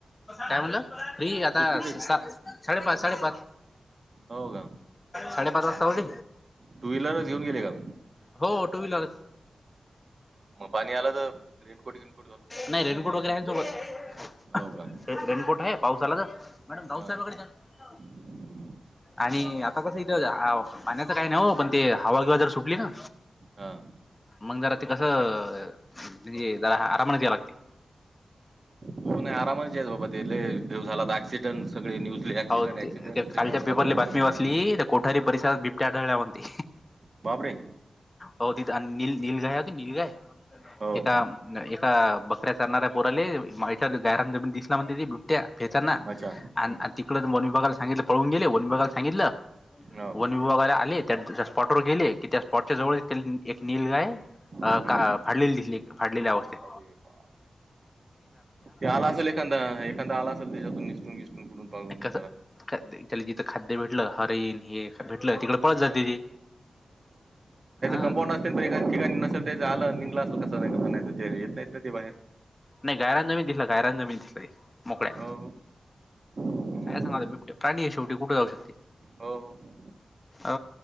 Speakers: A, on the left (about 25°); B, on the right (about 50°).
A: टयमला र आता
B: सुट्टी
A: साडेपाच
B: कधी
A: साडेपाच
B: हो का
A: साडेपाच वाजता होती.
B: टू व्हीलरच घेऊन गेले का?
A: हो टू व्हीलर
B: म पाणी आल तर? रेनकोट गिनकोट घालून
A: नाही रेनकोट वगैरे आहेसोबत.
B: हो का
A: रेनकोट आहे पावसालाच मॅडम राऊसाहेबाकडे
B: हा
A: दया
B: हम्म.
A: आणि आता कसं इथं पाण्याचं काही नाही हो पण ते हवागिवा जर सुटली ना
B: हा
A: मग जरा ते कसं म्हजे जरा आरामने दय लागते.
B: हो आरामच बाबा तेले झालात अक्सिडेंट सगळे न्यजले
A: हो
B: क्सिडेंट ऍक्सिडेंटचे
A: ते कालच्या
B: न्यूज
A: पेपरला
B: चालू आहे
A: बातमी
B: सगळे
A: वाचली तर कोठारी परिसरात बिबट्याढळल्या म्हते.
B: बाबरे
A: हो तिथ नील निलगाय होती निलगाय
B: हो,
A: एका एका बकऱ्यात णारऱ्या पोराले गार जमीन दिस म्हण बुट्या फेताना.
B: अच्छा. हं,
A: आण तिकड वन विभागला सांगितलं पळून गेले वनविभागला सांगितलं
B: हो,
A: वन वन विभाग वाले आले त्या स्पॉट वर गेले की त्या स्पॉटच्या जवळ एक नीलगाय अ
B: हं.
A: का फाडलेली दिसली फाडलेल्या अवस्थेत.
B: अरे बाप! ते आला असेल एखादा एखादा आला असेल त्याच्यातून निसटून खिसटून कुठून पाून
A: कस त्याला जिथं खाद्य भेटलं हरण हे भेटलं तिकड पळत जाते तेे अ
B: कं्पाऊंड असल तर एख ठिकाणी नसेल त्या आलं निघलं असल कस नाही कस नाही येत नाहीत ना ते बाहेर.
A: नाय घरातना बी दिसला घरातना बी दिसलंय मोकळ्या
B: हो, हो.
A: काय सांगाव ते बिबटे प्राणी ये शेवटी कुठ जाऊ शकते.
B: हो हो.
A: हो